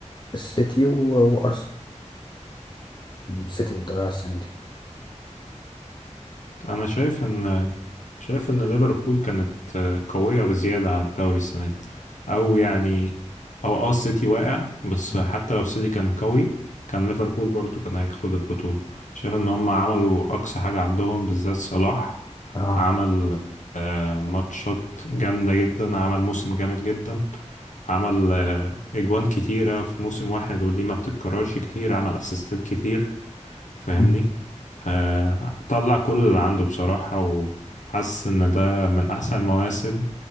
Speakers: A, on the left; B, on the left.
A: السيتي و- وارسنال السيتي بتضيع السنتين
B: انا شايف ان شايف ان ليفربول كانت آه، قوية بزيادة على الدوري السنة دي او يعني او اه السيتي واقع بس
A: مم.
B: حتى لو السيتي كان قوي كان ليفربول برضو كان هياخد البطولة شايف ان هم عملوا اقصى حاجة عندهم بالذات صلاح
A: اه
B: عمل آه، ماتشات جامدة جدا عمل موسم جامد جدا عمل آه، اجوان كتيرة في موسم واحد ودي ما بتتكررش كتير عمل اسيستات كتير فاهمني
A: مم.
B: آه طلع كل اللي عنده بصراحة وحاسس ان ده من احسن المواسم